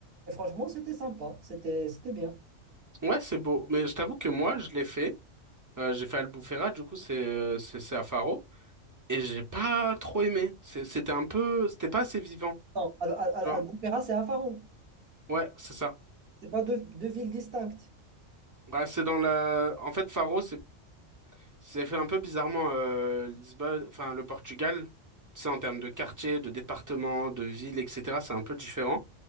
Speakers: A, on the right; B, on the right.
A: Et franchement, c'était sympa, c'était c'était bien.
B: Ouais, c'est beau. Mais je t'avoue que moi, je l'ai fait. Euh, j'ai fait Albufeira, du coup, c'est euh, c'est c'est à Faro. Et j'ai pas trop aimé. C'est- C'était un peu... C'était pas assez vivant,
A: Non, Al- Al- Al-
B: tu
A: Albufeira,
B: vois?
A: c'est à Faro.
B: Ouais, c'est ça.
A: C'est pas deux, deux villes distinctes.
B: Bah, c'est dans la... En fait, Faro, c'est c'est fait un peu bizarrement euh, Lisbonne... Enfin, le Portugal, tu sais, en termes de quartier, de département, de ville, etc., c'est un peu différent.